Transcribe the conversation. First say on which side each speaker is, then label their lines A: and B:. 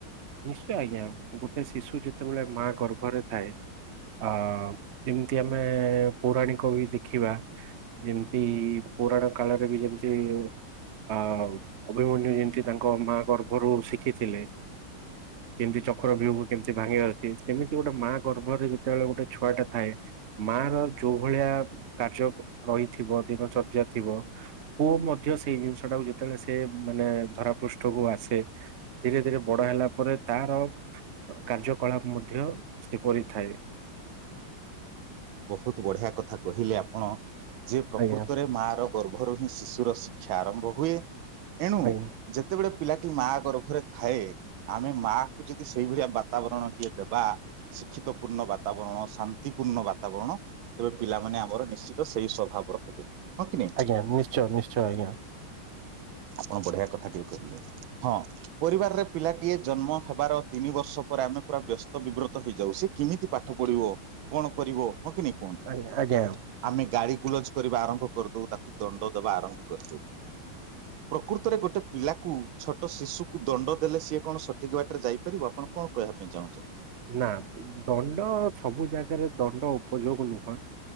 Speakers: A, on the right; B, on the right.
A: ନିଶ୍ଚୟ ଆଜ୍ଞା। ଗୋଟେ ଶିଶୁ ଯେତେବେଳେ ମା ଗର୍ଭରେ ଥାଏ। ଅ ଯେମିତି ଆମେ ପୌରାଣିକ ବି ଦେଖିବା। ଯେମିତି ପୁରାଣ କାଳରେ ବି ଯେମିତି ଆ ଅଭିମନ୍ୟୁ ଯେମିତି ତାଙ୍କ ମାଆ ଗର୍ଭରୁ ଶିଖିଥିଲେ। କେମିତି ଚକ୍ର ବିୁହ କୁ କେମିତି ଭାଙ୍ଗିବାର ଅଛି। ସେମିତି ଗୋଟେ ମା ଗର୍ଭରେ ଯେତେବେଳେ ଗୋଟେ ଛୁଆଟେ ଥାଏ ମା ର ଯୋଉ ଭଳିଆ କାର୍ଯ୍ୟ ରହିଥିବ, ଦିନଚର୍ଯ୍ୟା ଥିବ ପୁଅ ମଧ୍ୟ ସେଇ ଜିନିଷ ଟାକୁ ଯେତେବେଳେ ସେ ମାନେ ଧରା ପୃଷ୍ଠକୁ ଆସେ, ଧୀରେ ଧୀରେ ବଡ ହେଲା ପରେ ତାର କାର୍ଯ୍ୟକଳାପ ମଧ୍ୟ ସେପରି ଥାଏ।
B: ବହୁତ ବଢିଆ କଥା କହିଲେ ଆପଣ, ଯେ ପ୍ରକୃତ
A: ଆଜ୍ଞା
B: ରେ ମା ର ଗର୍ଭରୁ ହିଁ ଶିଶୁର ଶିକ୍ଷା ଆରମ୍ଭ ହୁଏ। ଏଣୁ
A: ଆଜ୍ଞା
B: ଯେତେବେଳେ ପିଲାଟି ମା ଗର୍ଭରେ ଥାଏ, ଆମେ ମା କୁ ଯଦି ସେଇଭଳିଆ ବାତାବରଣ ଟିଏ ଦେବା, ଶିକ୍ଷିତ ପୂର୍ଣ୍ଣ ବାତାବରଣ, ଶାନ୍ତିପୂର୍ଣ୍ଣ ବା ବାତାବରଣ ତେବେ ପିଲାମାନେ ଆମର ନିଶ୍ଚିତ ସେଇ ସ୍ଵଭାବର ହେବେ। ହଁ କି ନାଇଁ?
A: ଆଜ୍ଞା, ନିଶ୍ଚୟ ନିଶ୍ଚୟ ଆଜ୍ଞା।
B: ଆପଣ ବଢିଆ କଥା ଟିଏ କହିଲେ। ହଁ, ପରିବାରରେ ପିଲାଟିଏ ଜନ୍ମ ହେବାର ତିନି ବର୍ଷ ପରେ ଆମେ ପୁରା ବ୍ୟସ୍ତ ବିବ୍ରତ ହେଇଯାଉ। ସେ, କିମିତି ପାଠ ପଢିବ କଣ କରିବ? ହଁ କି ନାଇଁ? କୁହନ୍ତୁ?
A: ଆଜ୍ଞା ଆଜ୍ଞା।
B: ଆମେ ଗାଳି ଗୁଲଜ କରିବା ଆରମ୍ଭ କରିଦଉ। ତାକୁ ଦଣ୍ଡ ଦବା ଆରମ୍ଭ କରିଦଉ। ପ୍ରକୃତରେ ଗୋଟେ ପିଲାକୁ ଛୋଟ ଶିଶୁକୁ ଦଣ୍ଡ ଦେଲେ ସିଏ କଣ ସଠିକ ବାଟରେ ଯାଇପାରିବ? ଆପଣ କଣ କହିବା ପାଇଁ ଚାହୁଁଛନ୍ତି?
A: ନା ଦଣ୍ଡ ସବୁ ଜାଗାରେ ଦଣ୍ଡ ଉପଯୋଗ ନୁହଁ।